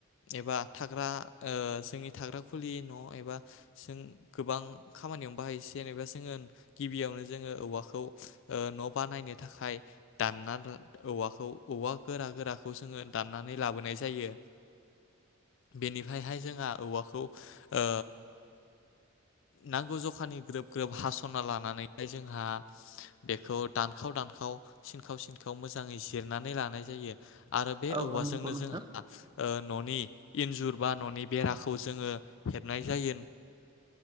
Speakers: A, on the left; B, on the right.
A: एबा थाग्रा ओ जोंनि थाग्रा खुलि न' एबा जों गोबां खामानियावनो बाहायसै जेनेबा जोङो गिबियावनो जोङो औवाखौ ओ न' बानायनो थाखाय दानना औवाखौ औवा गोरा गोराखौ जोङो दाननानै लाबोनाय जायो बेनिफ्रायहाय जोंहा औवाखौ ओ नांगौ जखानि ग्रोब ग्रोब हास'ना लानानैहाय जोंहा बेखौ दानखाव दानखाव सिनखाव सिनखाव मोजाङै जिर नानै लानाय जायो। आरो बे
B: औ
A: औवाजोंनो
B: औ नंगौ नोंथां
A: जोंहा ओ न'नि इन्जुर बा न'नि बेराखौ जोङो हेबनाय जायो